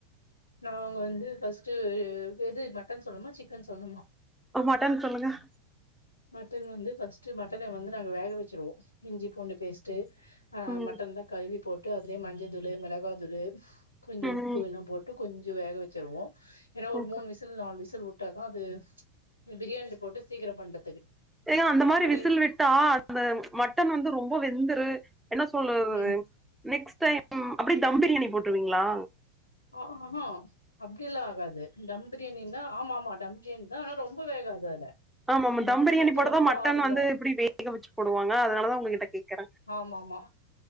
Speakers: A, on the left; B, in the centre.
A: நாங்க வந்து ஃபர்ஸ்ட்டு எது மட்டன் சொல்னுமா சிக்கன் சொல்னுமா
B: மட்டன் சொல்லுங்க
A: ம் மட்டன் வந்து ஃபர்ஸ்ட்டு மட்டன வந்து நாங்க வேக வெச்சுருவோ இஞ்சி பூண்டு பேஸ்ட்டு ஆ
B: ம்
A: மட்டன்லா கழுவி போட்டு அதுலே மஞ்ச தூளு மெளகா தூளு கொஞ்சோ
B: ம்
A: உப்பு எல்லாம் போட் ட்டு கொஞ்சோ வேக வெச்சுருவோ ஏன்னா ஒரு
B: ஓகே
A: மூண் விசுல் ல் நால் விசில் உட்டாதா அது பிரியாணில போட்டு சீக்கரம் பண்றதுக்கு
B: ஏங்க அந்த மாரி
A: கறி
B: விசில் விட்டா அந்த மட்டன் வந்து ரொம்ப வெந்துரு என்ன சொல்லறது
A: ம்
B: நெக்ஸ்ட் டைம் அப்டே தம் பிரியாணி போட்டுவீங்ளா
A: ஆ அ ஆ அப்டில்லா ஆகாது தம் பிரியாணின்னா ஆமா ஆமா தம் பிரியாணி அதா ஆனா ரொம்ப வேகாது அதுல
B: ஆமாமா
A: மட்டன்
B: தம் பிரியாணி
A: வந்து
B: போட்டாதா
A: ரொம்ப
B: மட்டன்
A: ஆடுல
B: வந்து இப்டி வேக வெச்சு போடுவாங்க அதனால தா உங்க கிட்ட கேக்கற
A: ஆமாமா